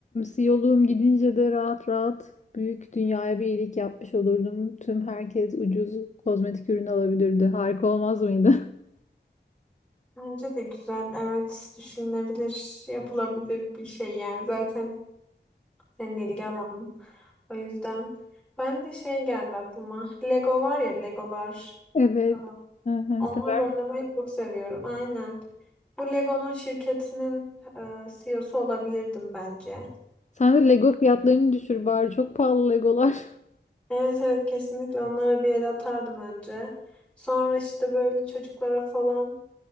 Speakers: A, on the left; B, in the centre.
A: yolum gidince de rahat rahat büyük dünyaya bir iyilik yapmış olurdum. Tüm herkes ucuz kozmetik ürün alabilirdi. Harika olmaz mıydı? <laughs>
B: Bence de güzel. Evet düşünülebilir, yapılabilir bir şey yani. Zaten senin ilgi alanın. O yüzden ben de şey geldi aklıma. Lego var ya Legolar.
A: Evet.
B: Aa,
A: Hı hı,
B: Onlarla
A: sever.
B: oynamayı çok seviyorum. Aynen. Bu Lego'nun şirketinin e, CEO'su olabilirdim bence.
A: Sen de Lego fiyatlarını düşür bari. Çok pahalı Legolar. <laughs>
B: Evet evet kesinlikle onlara bir el atardım önce. Sonra işte böyle çocuklara falan